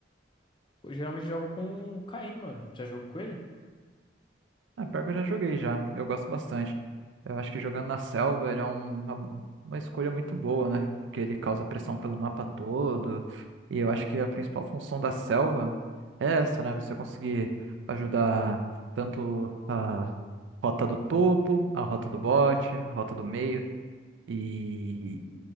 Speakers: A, on the left (about 25°); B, on the right (about 75°).
A: Pô, geralmente eu jogo com o Caim, mano. Já jogo com ele?
B: Ah, pior que eu já joguei já. Eu gosto bastante. Eu acho que jogando na selva ele é um- uma, uma escolha muito boa, né? Porque ele causa pressão pelo mapa todo. E eu acho que a principal função da selva é essa, né? Você conseguir ajudar tanto a rota do topo, a rota do bote, a rota do meio. E